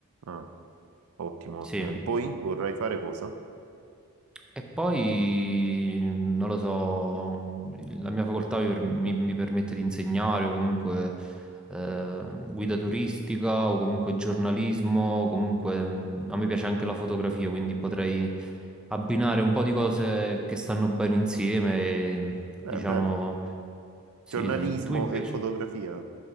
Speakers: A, on the right (about 80°); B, in the centre.
A: Ah, ottimo,
B: Sì.
A: ottimo. E poi vorrai fare cosa?
B: E poi, non lo so, la mia facoltà mi, per- mi- mi permette di insegnare o comunque eh, guida turistica o comunque giornalismo, o comunque mm, a me piace anche la fotografia, quindi potrei abbinare un po' di cose che stanno bene insieme, e,
A: Beh,
B: diciamo,
A: bello.
B: sì,
A: Giornalismo
B: sì. Tu invece?
A: e fotografia?